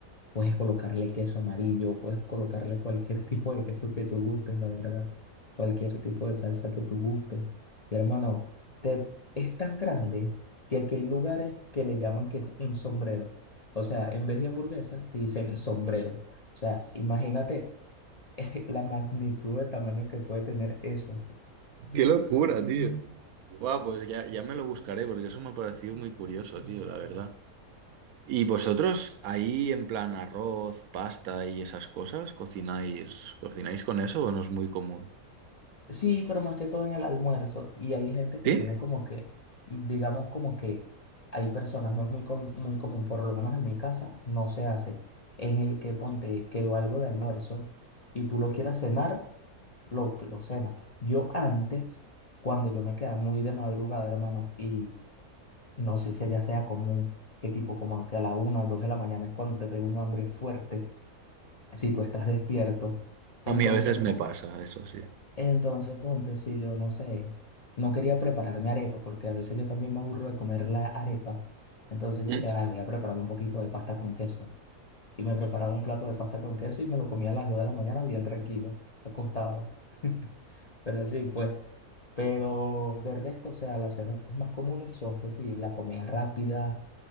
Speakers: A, on the left; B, on the right.
A: Puedes colocarle queso amarillo, puedes colocarle cualquier tipo de queso que tú gustes, la verdad. Cualquier tipo de salsa que tú gustes. Y hermano, te- es tan grande que aquí hay lugares que le llaman que es un sombrero. O sea, en vez de hamburguesa, te dicen sombrero. O sea, imagínate <laughs> la magnitud de tamaño que puede tener eso.
B: Qué locura, tío. Guau, pues ya, ya me lo buscaré porque eso me ha parecido muy curioso, tío, la verdad. ¿Y vosotros ahí en plan arroz, pasta y esas cosas, cocináis, cocináis con eso o no es muy común?
A: Sí, pero más que todo en el almuerzo. Y hay gente que
B: ¿Sí?
A: tiene como que, digamos como que hay personas, no es muy, com- muy común, por lo menos en mi casa, no se hace, en el que ponte quedó algo de almuerzo y tú lo quieras cenar, lo, lo cenas. Yo antes, cuando yo me quedaba muy de madrugada, hermano, y no sé si allá sea común, qué tipo como que a la una o dos de la mañana es cuando te pega un hambre fuerte, si tú estás despierto. Entonces,
B: A mí a veces
A: po-
B: me pasa eso, sí.
A: entonces, ponte, si yo no sé, no quería prepararme arepa, porque a veces yo también me aburro de comer la arepa. Entonces yo
B: Mm.
A: decía, "Ay, voy a prepararme un poquito de pasta con queso. Y me preparaba un plato de pasta con queso y me lo comía a las 2 de la mañana bien tranquilo, acostado. <laughs> Pero así pues. Pero de resto, o sea, las cenas más comunes son que sí, la comida rápida,